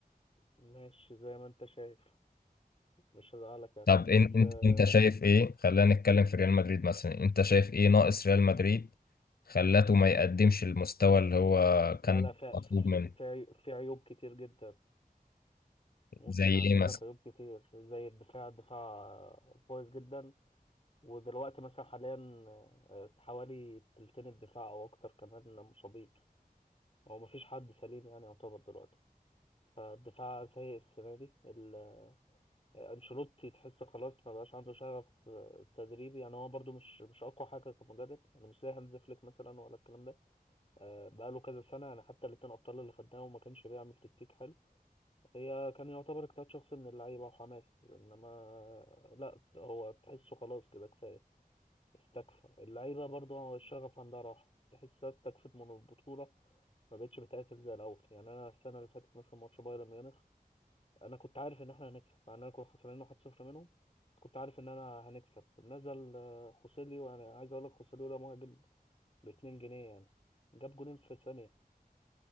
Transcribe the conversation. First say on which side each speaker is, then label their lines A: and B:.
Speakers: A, on the left; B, on the left.
A: ماشي زي ما انت شايف مش هزعلك يعني
B: طب
A: بس
B: إن- انت
A: آه،
B: انت شايف ايه خلينا نتكلم في ريال مدريد مثلا انت شايف ايه ناقص ريال مدريد خلاته ما يقدمش المستوى اللي هو
A: لا
B: كان
A: لا في
B: مطلوب منه
A: في في في عيوب كتير جدا ممكن
B: زي
A: اعدلك
B: ايه مثلا
A: عيوب كتير زي الدفاع الدفاع كويس جدا ودلوقتي مثلا حاليا آه، حوالي تلتين الدفاع او اكتر كمان مصابين هو مفيش حد سليم يعني يعتبر دلوقتي فالدفاع سيء السنة دي ال- انشيلوتي تحس خلاص ما بقاش عنده شغف آه، تدريبي يعني هو برضو مش مش اقوى حاجه كمدرب يعني مش زي هانز فليك مثلا ولا الكلام ده آه، بقاله كذا سنه يعني حتى الاتنين ابطال اللي خدناهم ما كانش بيعمل تكتيك حلو هي كان يعتبر اجتهاد شخصي من اللعيبه وحماس انما آه، لا هو تحسه خلاص كده كفايه استكفى اللعيبه برضو الشغف عندها راح تحسها استكفت من البطوله ما بقتش بتقاتل زي الاول يعني انا السنه اللي فاتت مثلا ماتش بايرن ميونخ انا كنت عارف ان احنا هنكسب مع اننا كنا خسرانين 1-0 منهم بس كنت عارف ان انا هنكسب نزل آه، خوسيليو انا عايز اقول لك خوسيليو ده مهاجم ب 2 جنيه يعني جاب جولين في ثانيه